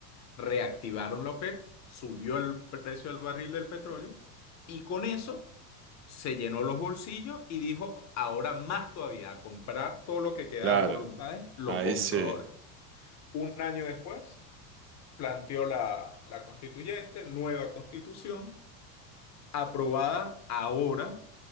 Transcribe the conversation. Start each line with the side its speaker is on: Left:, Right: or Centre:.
Left: Reactivaron la OPEP, subió el precio del barril del petróleo y con eso se llenó los bolsillos y dijo, ahora más todavía, a comprar todo lo que queda
Right: claro,
Left: de voluntades, lo
Right: a
Left: compro
Right: ese,
Left: ahora. Un año después, planteó la, la constituyente, nueva constitución, aprobada ahora